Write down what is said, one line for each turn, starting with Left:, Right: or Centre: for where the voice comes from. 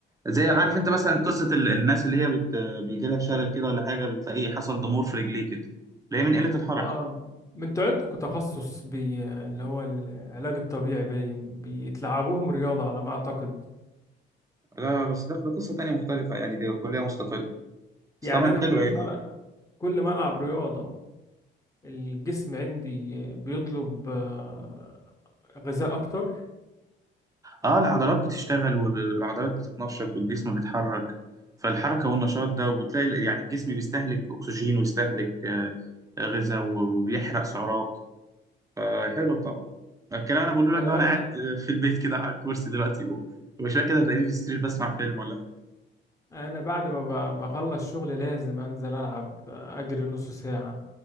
Right: زي
Left: يعني
Right: عارف
Left: انا
Right: انت
Left: كل
Right: مثلا قصه ال- الناس اللي هي بت... بيجي لها شلل كده ولا حاجه بتلاقيه حصل ضمور في رجليه كده تلاقيه من قله الحركه
Left: اه آه. من انتوا عندكم تخصص بي... اللي هو العلاج الطبيعي باين بيتلعبوهم رياضة على ما اعتقد
Right: لا بس ده ده قصه تانية مختلفه يعني دي كليه مستقله
Left: يعني
Right: بس طبعا
Left: انا كل
Right: حلوه يعني
Left: ما ألع- كل ما العب رياضة الجسم عندي بيطلب آه، غذاء اكتر
Right: اه العضلات بتشتغل والعضلات بتتنشط والجسم بيتحرك فالحركة والنشاط ده وبتلاقي ال- يعني الجسم بيستهلك أكسجين ويستهلك آه، غذاء و- ويحرق سعرات فحلو طبعا الكلام أنا بقوله
Left: انا
Right: لك ده
Left: بنزل
Right: وأنا قاعد في البيت كده على الكرسي دلوقتي و- وشوية كده هتلاقيني في السرير بسمع فيلم ولا حاجة
Left: انا بعد ما ب... بخلص شغل لازم انزل العب آه، اجري نص ساعة